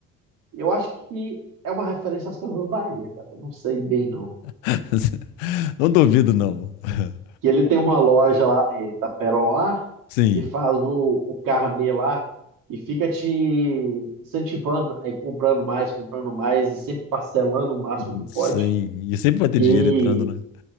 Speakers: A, on the right (about 50°); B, on the left (about 65°).
A: Eu acho que é uma referência às Casas Bahia, cara. eu Não sei bem, não.
B: <laughs> Não duvido, não. <laughs>
A: Que ele tem uma loja lá em Itaperoá
B: Sim,
A: que faz o, o carnê lá e fica te incentivando aí comprando mais, comprando mais e sempre parcelando o máximo
B: hum,
A: que pode.
B: sim. E sempre vai ter
A: Que
B: dinheiro entrando, né?